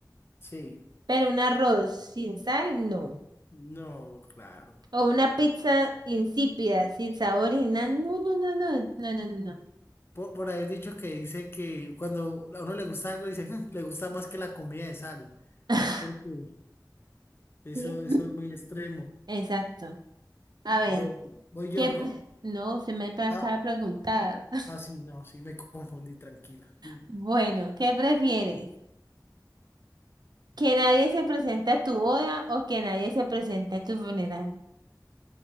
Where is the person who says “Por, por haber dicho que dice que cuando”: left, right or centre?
Left